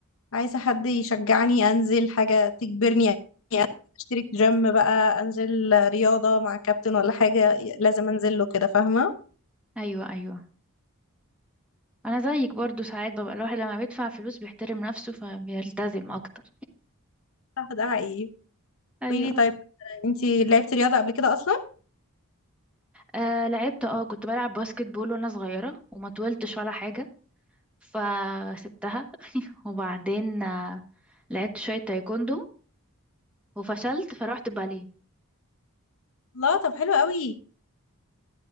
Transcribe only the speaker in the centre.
ايوه ايوه انا زيك برضو ساعات ببقى الواحد لما بيدفع فلوس بيحترم نفسه فبيلتزم اكتر
ايوه
آه لعبت اه كنت بلعب باسكت بول وانا صغيرة وما طولتش ولا حاجة فسبتها وبعدين آه لعبت شوية تايكوندو وفشلت فروحت باليه